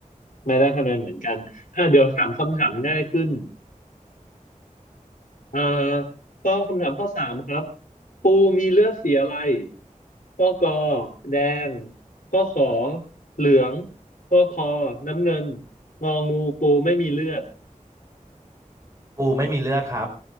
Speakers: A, on the left; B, on the right.
A: ไม่ได้คะแนนเหมือนกันอ่ะเดี๋ยวถามคำถามง่ายขึ้น อ่าข้อคำถามข้อสามครับปูมีเลือดสีอะไรข้อกอแดงข้อขอเหลืองข้อคอน้ำเงินงองูปูไม่มีเลือด
B: ปูไม่มีเลือดครับ